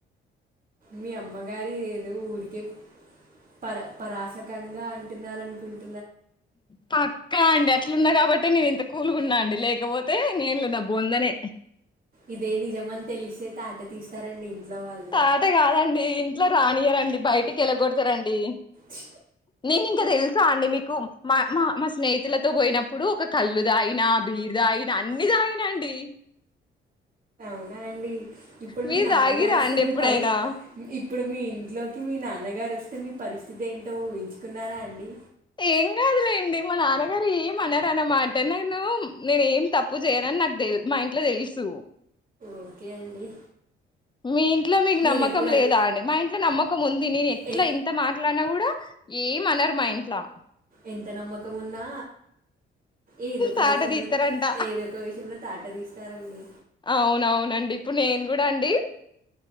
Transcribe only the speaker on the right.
మీ అమ్మగారి ఏదో ఊరికే పర పరాశకంగా అంటున్న అనుకుంటు
ఇదే నిజమని తెలిస్తే తాట తీస్తారండి. ఇంట్లో వాళ్ళు
ష్.
అవునా అండి ఇప్పుడు
మీ నాన్నగారు
వస్తే
మీ
పరి ఇప్పుడు మీ ఇంట్లోకి మీ నా న్నగారొస్తే మీ పరిస్థితి ఏం కున్నారా అండి
ఓకే అండి
నేను
ఎప్పుడు అల్
ఎ
ఎంత నమ్మకం ఉన్నా ఏదొ ఒక
విషయంలో
ఏదో ఒక విషయంలో తాట తీస్తారండి